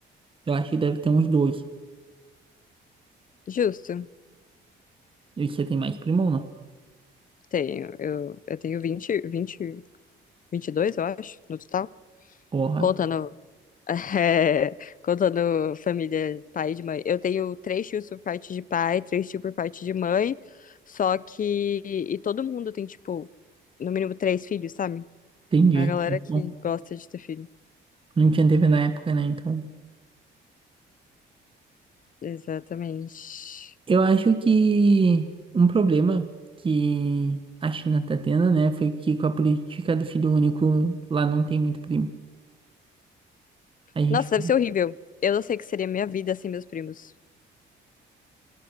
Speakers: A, on the right; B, on the left.
A: Eu acho que deve ter uns dois.
B: Justo.
A: E você tem mais primo ou não?
B: Tenho, eu, eu tenho 20 20 22, eu acho, no total.
A: Porra,
B: Contando, <laughs> é, contando família pai e de mãe. Eu tenho três tios por parte de pai, três tios por parte de mãe. Só que. E todo mundo tem, tipo, no mínimo três filhos, sabe?
A: entendi.
B: A galera que
A: Bom,
B: gosta de ter filho.
A: não tinha TV na época, né? Então.
B: Exatamente.
A: Eu acho que um problema que a China tá tendo, né, foi que com a política do filho único lá não tem muito primo. A gente.
B: Nossa, deve ser horrível. Eu não sei o que seria minha vida sem meus primos.